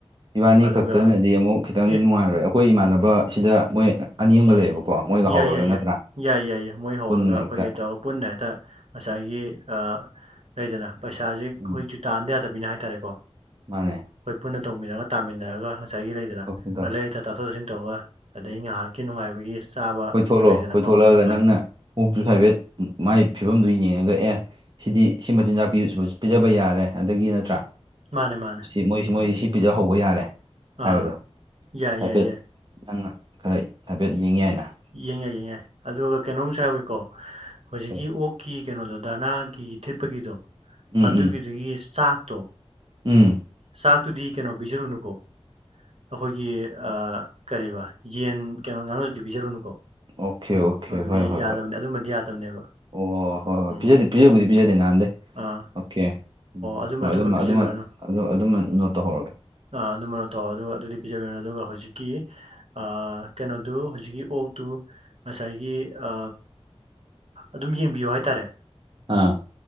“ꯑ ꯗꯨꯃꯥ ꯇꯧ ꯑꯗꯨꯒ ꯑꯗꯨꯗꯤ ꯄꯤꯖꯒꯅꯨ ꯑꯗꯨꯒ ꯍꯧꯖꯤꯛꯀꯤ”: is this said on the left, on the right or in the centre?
Right